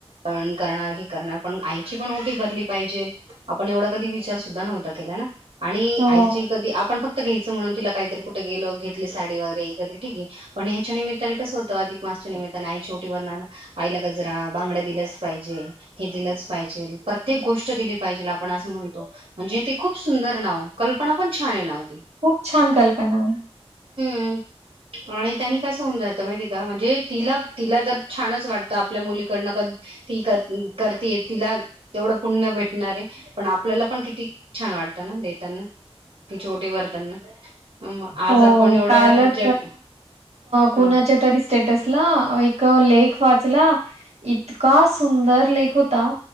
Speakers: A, on the right (about 65°); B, on the right (about 85°).
A: पण करणार ही करणार पण आईची पण ओटी भरली पाहिजे आपण एवढा कधी विचार सुद्धा नव्हता क आणि
B: हो
A: आई कधी आपण फक्त घ्यायच म्हणून तिला काहीतरी कुठे गेलो साडी वगरे ठीके पण ह्याच्या निमित्ताने कसं होतं अधिक मासच्या निमित्ताने ओटी बन आ गजरा बांगड्या दिलाच पाहिजे हे दिलंच पाहिजे प्रत्येक गोष्ट दिली पाहिजे आपण अस म्ह म्हणजे ते खूप सुंदर नाव कल्पना पण छान नाव ते
B: खूप छान कल्पना आहे
A: हम आणि त्यांनी कसं होऊन जातं माहिती आहे का म्हणजे तिला तिला तर छानच वाटतं आपल्या मुलीकडनं का ती कर करतेय तिला तेवढं पुण्य भेटणारे पण आपल्याला पण किती छान वाटते देताना तीची ओटी भरताना आज
B: हो,
A: आपण एवढं
B: कालच
A: जग
B: कुणाच्या
A: हा
B: तरी स्टेटस ला एक लेख वाचला इतका सुंदर लेख होता